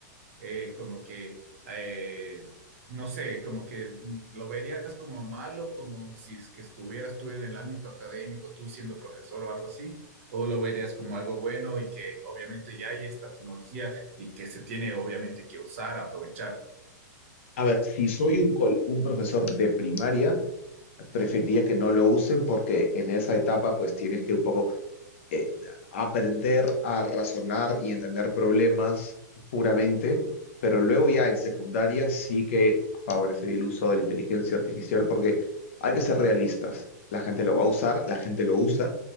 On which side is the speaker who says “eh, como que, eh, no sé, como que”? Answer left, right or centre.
Right